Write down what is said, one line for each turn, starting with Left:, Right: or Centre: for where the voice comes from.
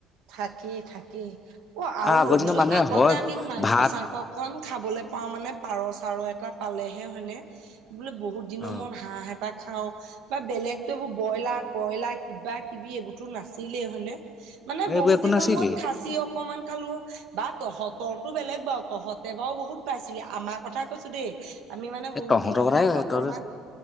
Right: থাকেই থাকেই অ আৰু
Left: আগৰ
Right: ৰবিছো
Left: দিনৰ মানুহে
Right: আগতে
Left: হয়
Right: আমি মাংস,
Left: ভাত
Right: চাংস অকণ খাবলৈ পাওঁ মানে পাৰ চাৰ এটা পালেহে হয়নে- বোলে বহুত দিনৰ
Left: অ
Right: মোৰত হাঁহ এটা খাওঁ- <unintelligible> বা বেলেগত এইবোৰ ব্ৰইলাৰ কইলাৰ কিবা কিবি এইবোৰতো নাছিলেই হয়নে। মানে
Left: এইবোৰ
Right: বহুত
Left: একো
Right: দিনৰ
Left: নাছিলেই
Right: মূৰত খাচী, অকমান খালো বা তহতৰটো বেলেগ বাৰু পঢহঁতে বাৰু বহুত পাইছিলে আমাৰ কথা কৈছো দেই- <unintelligible> আমি মানে বহুত
Left: এ তহঁতৰ
Right: দিনৰ
Left: কথাই
Right: মূৰত অকমান
Left: তহঁতৰ